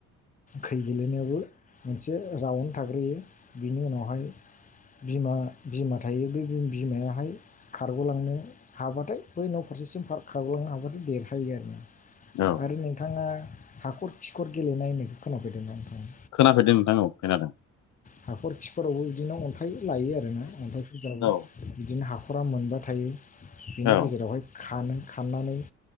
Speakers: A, on the left; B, on the left.
A: खै गेलेनायावबो मोनसे राउन्ड थाग्रोयो बिनि उनावहाय बिमा बिमा थायो बे बिमायाहाय खारग'लांनो हाबाथाय बै न' फारसेसिम फार-खारग'लांनो हाबाथाय देर थायो आरो ना।
B: औ
A: आरो नोंथाङा हाखर खिखर गेलेनाय होननायखौ खोनाफैदोंमोन नोंथांङा?
B: खोनाफेदों नोंथां औ खोनादों।
A: हाखर खिखरावबो बिदिनो अन्थाइ लायो आरोनो अन्थाइ फुजाबो
B: औ
A: बिदिनो हाखरा मोनबा थायो बिनि
B: औ
A: गेजेरावहाय खानो खाननानै